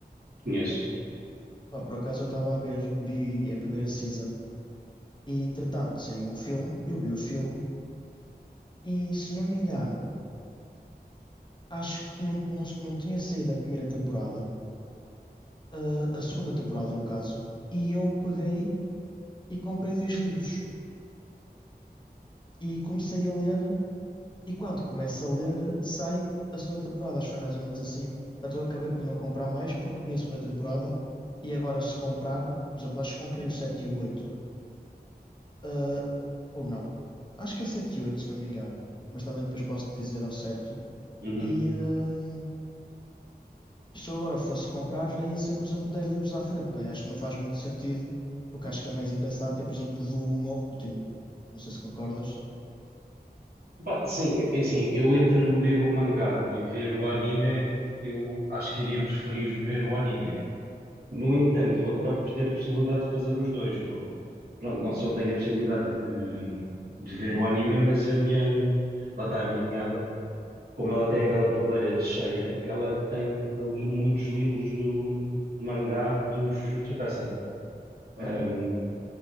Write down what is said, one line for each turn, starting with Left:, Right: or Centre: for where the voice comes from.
Right: Conheço.
Left: Pá, por acaso eu estava a ver, vi a primeira season e entretanto saiu um filme, eu vi o filme e se não me engano, acho que não, não, não tinha saído a primeira temporada, ah, a segunda temporada no caso, e eu peguei e comprei dois livros e comecei a ler E quando começo a ler, sai a segunda temporada. Acho que foi mais ou menos assim. Então acabei por não comprar mais porque vi a segunda temporada. E agora, se comprar, por exemplo, acho que comprei o 7 e o 8 ah, ou não. Acho que é 7 e 8, se não me engano. Mas também depois posso te dizer ao certo.
Right: Uhum.
Left: E hum, se eu agora fosse comprar, já ia ser, por exemplo, 10 livros à frente. Pá, e acho que não faz muito sentido, porque acho que é mais engraçado ter, por exemplo, do um ao último. Não sei se concordas.
Right: Pá, sim, é é assim, eu entre ler o mangá e ver o anime, eu acho que iria preferir ver o anime. No entanto, eu acabo por ter a possibilidade de fazer os dois, porque pronto, não só tenho a possibilidade de, de ver o anime, mas a minha, lá está a minha cunhada, como ela tem aquela prateleira cheia, ela tem ali muitos livros do, de mangá do Jujutsu Kaisen. Ahm,
Left: Olha,